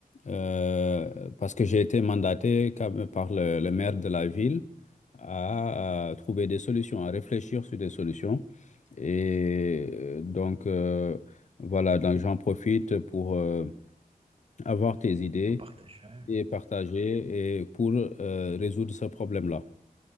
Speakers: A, on the left; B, on the right.
A: euh, parce que j'ai été mandaté quand même par le, le maire de la ville à, à trouver des solutions, à réfléchir sur des solutions. Et euh, donc, euh, voilà, donc j'en profite pour euh, avoir tes idées
B: On partage. hein.
A: et partager et pour euh, résoudre ce problème-là.